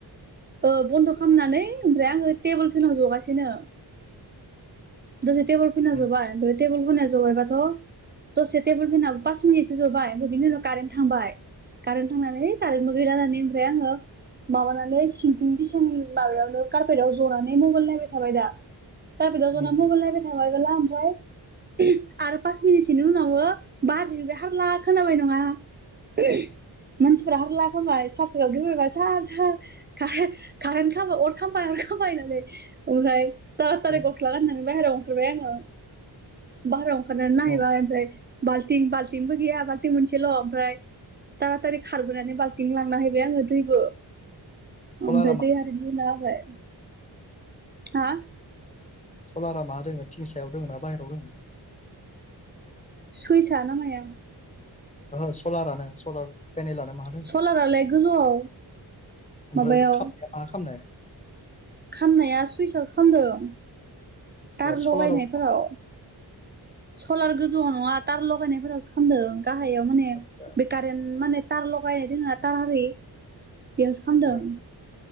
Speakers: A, on the right (about 25°); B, on the left (about 15°).
A: ओ बन्द' खालामनानै ओमफ्राय आङो टेबोल फेनाव जगासिनो। दसे टेबोल फैना
B: उम
A: जोबबाय फ्राय टेबोल फोननाय जोबबायबाथ' दसे टेबोल फेननो पास मिनिटसो जबाय ओमफ्राय बिनि उनाव कारेन्ट थांबाय। कारेन्ट थांनानै कारेन्टबो गैलानानै ओमफ्राय आङो माबानानै सिंथिं बिसिं माबायावनो कारपेटआव जनानै मबाइल नायबाय थाबाय दा कारफेदाव जना
B: उम
A: मबायल नायबाय थाबायब्ला ओमफ्राय ओहम आरो पास मिनिटसोनि उनावबो बारिरबाय हारला खोनाबाय नङा। ओहम मानसिफोरा्रा हारला खाय साख्रियाव दायबा सार सार ार खारेन्ट खालामबाय अर खामबाय अर खामबाय होननानै ओमफ्राय थाराथारिै
B: ओमफ्राय
A: गस्लागोन होननानै बाहेरायाव ओंखारबाय आङो बाहेरायाव ओंखारनानै नायैबाय
B: उम
A: ओमफ्राय बाल्थिं बाल्थिंबो गैया बाल्थिं मोनसेल' ओमफ्राय थाराथारि खारबोनानै बाल्थिं लांना हैैबाय आङो दैबो
B: सलारा
A: ओमफ्राय
B: मा
A: दैबो दै लुना होबाय हा?
B: सलारा मा दङ िंसायाव दङ ना बायेरायाव दोङो?
A: सुइसआ ना माया?
B: ओहो सलारानो सलार पेनेलानो मा होन
A: सलारालाय गोजौआव।
B: ओमफ्राया
A: माबायाव
B: ख खालामनाय
A: खामनाया सुइसाव खालामामदों दार
B: ए सलाराव
A: लगायनायफोराव। सलार गोजौआव नङा थार लगायनायफोरावसो खालामदों गाहायाव माने
B: आदसा
A: बे कारेन्ट माने टार लगायनाय दोङो थार आरर बेयावसो खालामदों।
B: ओ